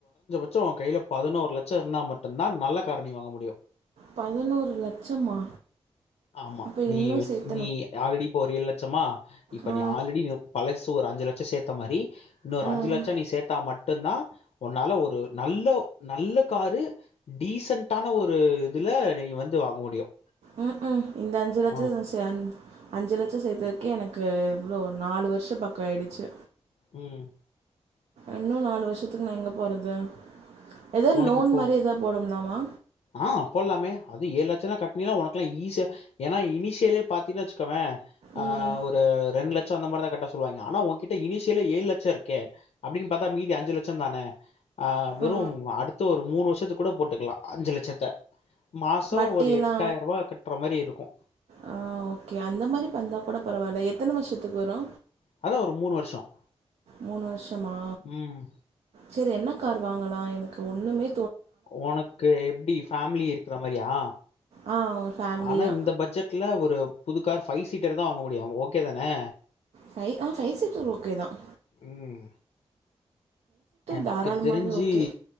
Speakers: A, on the left; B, on the right.
A: <unintelligible> உன் கையில பதினோரு லட்சம் இருந்தா மட்டும்தான் நல்ல கார் நீ வாங்க முடியும்
B: பதினொரு லட்சமா
A: ஆமா.
B: அப்ப
A: நீ
B: இன்னும்
A: வச்
B: சேர்த்
A: நீ ஆல்ரெடி போறீ லட்சமா இப்ப
B: ஆ
A: நீ ஆல்ரெடி பலஸ் ஒரு அஞ்சு லட்சம் சேத்த மாரி இன்னொரு
B: ம்
A: அஞ்சுலட்சம் நீ சேர்த்தா மட் மட்டும்தான் உன்னால ஒரு நல்ல நல்ல காரு டீசண்டான ஒரு இதுல நீங்க வந்து வாங்க முடியும்
B: ம் ம் இந்த அஞ்சு லட்சத்த
A: ஆ.
B: <unintelligible> அஞ்சு லட்சம் சேர்த்ததுக்கே எனக்கு இவ்ளோ நாலு வருஷம் பக்கம் ஆயிடுச்சு
A: ம்
B: இன்னும் நாலு வருஷத்துக்கு நா எங்க போறது ஏதாவது
A: உனக்கு
B: லோன்
A: இப்போ
B: மாரி ஏதாவ போடும்லாமா
A: ஆ போலாமே அதுவும் ஏழு லட்சம்னா கட்டினனா உனக்கலாம் ஈஸியா ஏன்னா இனிஷியலே பாத்தீங்வச்சுக்கவ ஆஹ்
B: ம்
A: ஒரு ரெண்டு லட் ஸ்ட் அந்த மாரிதா கட்ட சொல்லுவாங்க ஆனா உங்ககிட்ட இனிசியல ஏழு லட்சம் இருக்கே அப்படின்னு பாத்தாமீதி அஞ்சு லட்சம் தானே அ வெறும்
B: ஆ
A: அடுத்த ஒரு மூணு வருஷத்துக் கூட போட்டுக்கலாம் அஞ்சுலட்சத்த மாசம்
B: வட்டியெல்லா
A: ஒரு எட்டாயிரம் ரூபா கட்டுற மாரி இருக்கும் ச
B: ஆ ஓகே அந்த மாதிரி பந்தா கூட பரவாயில்ல எத்தனை வருஷத்து போறோ
A: அதான் ஒரு மூணு வருஷம்
B: மூணு வருஷமா
A: ம்
B: சரி என்ன கார்வாங்களா எனக்கு ஒண்ணுமே
A: உனக்கு எப்படி ஃபேமிலி இருக்கிற மாரியா
B: ஆ ஒரு ஃபேமிலியா
A: ஆனா இந்த பட்ஜெட்ல ஒரு புதுக்கார் பபைவ் சீட்டர் தான் வாங்க முடியும் ஓகே தானே
B: பைவ் ஆஹ ஃபைவ் சீட்டர் ஓகே தான்
A: ம் எனக்கு
B: தாராளமாவே
A: தெரிஞ்சி
B: ஓகே